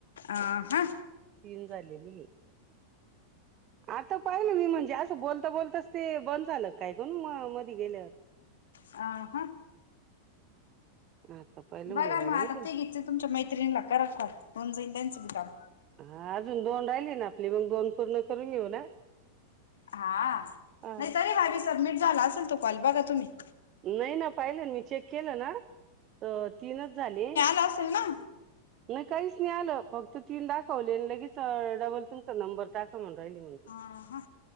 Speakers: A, on the left (about 60°); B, on the right (about 35°).
A: आ हा
B: तीन झालेली आता पाहिलं मी म्हणजे असं बोलता बोलताच ते बंद झालं काय करण म मध गेल्या.
A: आ हा
B: <unintelligible>
A: बघा मग
B: अरे
A: आता
B: देवा
A: ते घेत तुमच्या मैत्रिणीला करा कॉल होऊन जाईल त्यांचं बी काम.
B: हा अजून दोन राहिली ना आपली, मग दोन पूर्ण करून घेऊ ना.
A: हा
B: हा
A: नाही तरीे भाभी सबमिट झाला असेल तो कॉल बघा तुम्ही.
B: नाही ना पाहिलंन मी चेक केलं ना तर तीनचं झाले.
A: ता असंल ना?
B: नाही काहीच नाही आलं, फक्त तीन दाखवले लगेच डबल तुमचा नंबर टाका म्हणून राहिली म्हणते.
A: हा हा